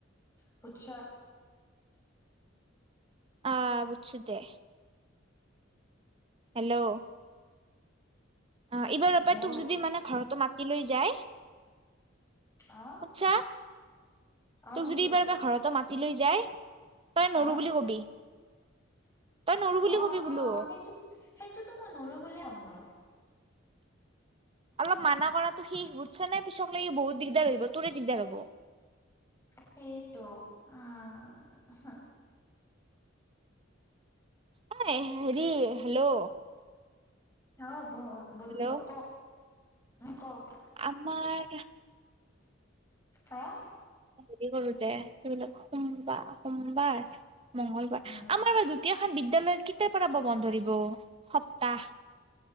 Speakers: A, on the left; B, on the right.
A: পুছা?
B: অ বুচ দে। হেল্ল' অ এইবাৰৰ আপ্পাই
A: অ
B: তোক যদি মানে ঘৰতো মাতি লৈ যায়
A: অ
B: কুছা তোক
A: শুনছো
B: যদি এইবাৰ বা ঘৰতো মা লৈ যায় তই নৰো
A: অ
B: বুলি কবি। তই নৰো বুলি
A: অ
B: কবি বোলো
A: সেইটো সেইটোতো মই নৰো বুল আম ৰ।
B: অলপ মানা কৰাটো শেষ বুজছা নে পিছক লাগি বহুত দিগদাৰ হব তোৰে দিগদাৰ হব।
A: সেইটো আহ হ
B: হ হেৰি হেল্ল'
A: হ ব
B: হেল্ল'
A: কওঁ কওঁ
B: আমাৰ
A: হা
B: হেৰি কৰো দে সবিলাক সোমবাৰ সোমবাৰ মংগলবাৰ
A: উম
B: আমাৰ বা দুতীয়া খান বিদ্য়ালয় কেটাৰ পৰা ব বন্ধ ধৰিব? সপ্তাহ